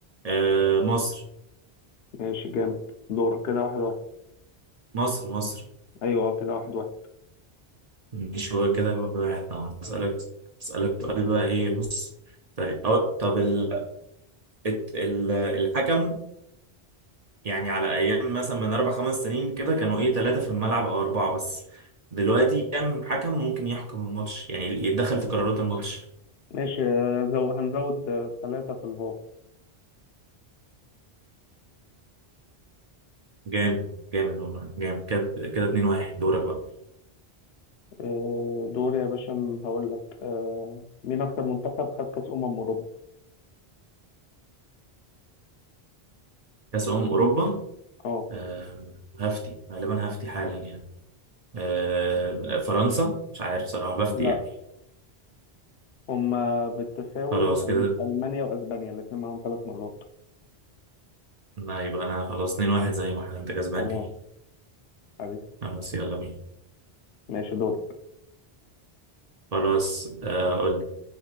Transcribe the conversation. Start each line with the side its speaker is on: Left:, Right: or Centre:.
Right: آه مصر
Left: ماشي جامد دورك كده واحد واحد
Right: مصر مصر
Left: أيوه اه كده واحد واحد
Right: مش هو كده واحد طبعا اسألك اسألك سؤال بقى ايه بص طيب أو طب ال... الت- ال... الحكم يعني على ايام مثلا من اربع خمس سنين كده كانوا ايه ثلاثة في الملعب او اربعة بس دلوقتي كام حكم ممكن يحكم الماتش يعني يتدخل في قرارات الماتش
Left: ماشي آه، زو... هنزود آه، ثلاثة في الفار
Right: جامد جامد والله جامد كده كده 2 1 دورك بقى
Left: آه، دوري يا باشا م- هقول لك آه، مين أكتر منتخب خد كأس أمم أوروبا
Right: كأس أمم أوروبا
Left: اه
Right: آه، هفتي غالبا هفتي حالا يعني آه، فرنسا مش عارف صراحة بفتي
Left: لا
Right: يعني
Left: هما بالتساوي
Right: خلاص
Left: أل-
Right: كده
Left: ألمانيا وأسبانيا الاتنين معاهم ثلاث مرات
Right: لا يبقى أنا خلاص 2 واحد زي ما احنا أنت كسبان
Left: تمام
Right: كده
Left: حبيبي
Right: خلاص يلا بينا
Left: ماشي دورك
Right: خلاص آه، قول